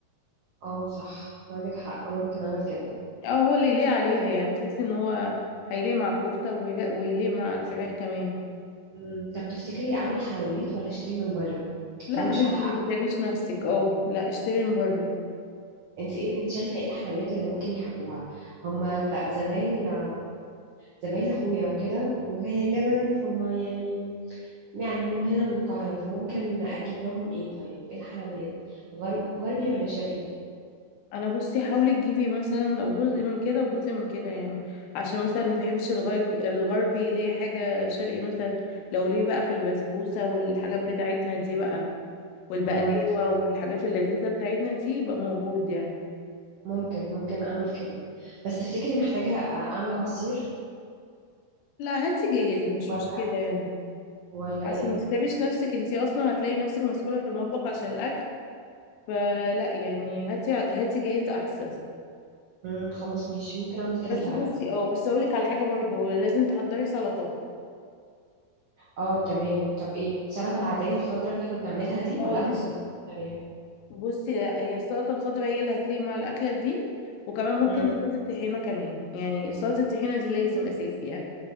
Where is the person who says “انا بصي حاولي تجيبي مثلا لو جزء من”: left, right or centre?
Left